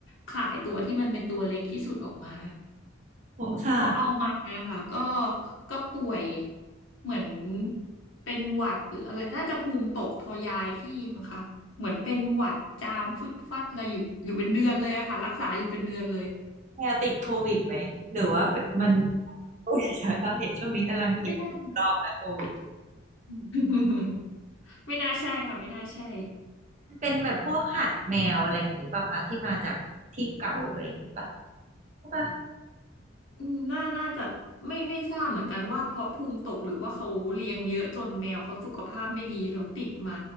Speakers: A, on the left; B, on the right.
A: ขายตัวที่มันเป็นตัวเล็กที่สุดออกมา
B: สงสาร
A: พอเอามาค่ะก็ก็ป่วยเหมือนเป็นหวัดหรืออะไรน่าจะภูมิตกพอย้ายที่มั้งคะเหมือนเป็นหวัดจามฟึดฟัดอะไรอยู่อยู่เป็นเดือนเลยอะค่ะรักษาอยู่เป็นเดือนเลย
B: แมวติดโควิดไหมหรือว่าเป็นมัน <laughs> โควิดใช่ปะเห็นช่วงนี้กำลังคิดรอบแล้วโควิด
A: <laughs> ไม่น่า <laughs> ไม่น่าใช่ค่ะไม่น่าใช่
B: เป็นแบบพวกหัดแมวอะไรอย่างงี้ป่ะคะที่มาจากที่เก่าอะไรอย่างงี้ป่ะใช่ป่ะ
A: อืมน่าน่าจะไม่ไม่ทราบเหมือนกันว่าเพราะภูมิตกหรือว่าเขาเลี้ยงเยอะจนแมวเขาสุขภาพไม่ดีแล้วติดมา